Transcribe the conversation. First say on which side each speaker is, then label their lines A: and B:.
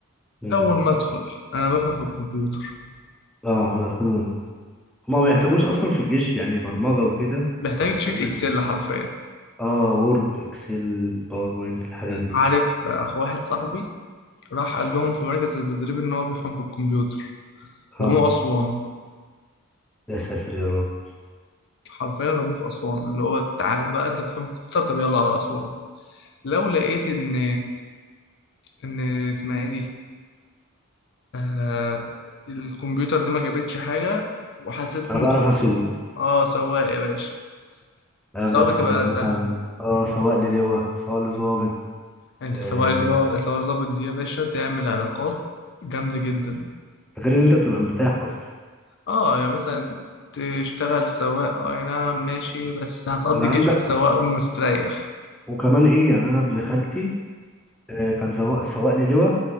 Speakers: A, in the centre; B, on the left.
A: مم.
B: اول ما ادخل انا بفهم في الكمبيوتر
A: اه خدوني هما ما بيحتاجوش اصلا في الجيش يعني برمجة وكده
B: بيحتاج شيت
A: هما
B: اكسل
A: بي-
B: حرفيا
A: اه وورد اكسل باوربوينت الحاجات دي
B: عارف اخو واحد صاحبي راح قال لهم في مركز التدريب ان هو بيفهم في الكمبيوتر
A: اه
B: رموه اسوان
A: يا ساتر يا رب
B: حرفيا رموه في اسوان اللي هو تعالى بقى انت بتفهم في الكمبيوتر طب يلا على اسوان لو لقيت ان ان اسمها ايه دي آه الكمبيوتر دي ما جابتش حاجه وحسيت
A: انا
B: ان
A: بعرف اسوق
B: اه سواق يا باشا
A: اخدك
B: السواقه
A: سواق
B: بتبقى
A: مثلا
B: سهله
A: اه سواق للواء سواق لظابط
B: انت
A: آه،
B: سواق اللي هو ولا سواق ظابط دي يا باشا تعمل علاقات جامده جدا
A: غير ان انت بتبقى مرتاح اصلا
B: اه يعني مثلا تشتغل سواق آه، اي نعم ماشي بس هتقضي
A: انا
B: جيشك
A: عندك
B: سواق مستريح
A: وكمان ايه يعني انا ابن خالتي آه، كان سواق سواق لي لواء